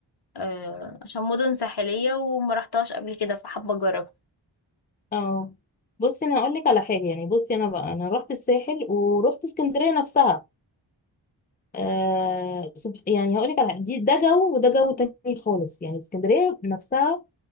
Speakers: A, on the left; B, on the left.
A: آه، عشان مدن ساحلية وما رحتهاش قبل كده فحابة أجربها
B: اه بصي انا هقول لك على حاجه يعني بصي انا بقى انا رحت الساحل ورحت اسكندريه نفسها آه سب- يعني هقول لك على حاجة. دي ده جو وده جو تاني خالص يعني اسكندريه نفسها